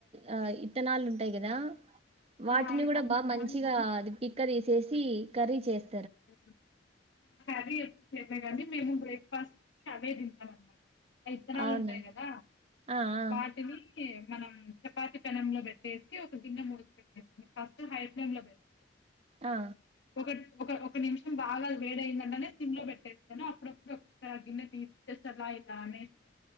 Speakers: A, on the right; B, on the left.
A: ఆ ఇత్తనాలు ఉంటాయి కదా వాటిని
B: ఆ, అవి
A: కూడ
B: వేయించుకొని
A: బ మంచిగా అది పిక్క తీసేసి కర్రీ చేస్
B: అ అది కానీ మేము బ్రేక్ఫాస్ట్ కి అవే తింటం అన్నమాట <inaudible> ఇత్తనాలు
A: అవునా
B: ఉంటాయి కద
A: ఆ ఆ
B: వాటిని మనం చపాతి పెనం లో పెట్టేసి ఒక గిన్నె మూసి పెట్టేసి ఫస్ట్ హై ఫ్లేమ్ లో పెట్టి
A: ఆ
B: ఒక ఒక నిమిషం బాగ వేడి అయిందంటేనే సిమ్ లో పెట్టేస్తాను అప్పుడప్పుడు ఒకసారి గిన్నె తీసి చేస్తాను ఇల ఇలా అనేసి